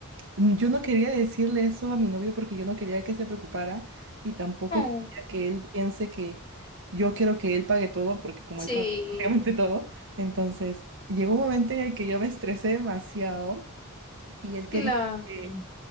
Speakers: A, on the right; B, on the left.
A: Mm, Yo no quería decirle eso a mi novio porque yo no quería que se preocupara y tampoco
B: Oh,
A: quería que él piense que yo quiero que él pague todo porque como
B: sí.
A: él paga <laughs> prácticamente todo, entonces llegó un momento en el que yo me estresé demasiado y él quería
B: Claro,
A: que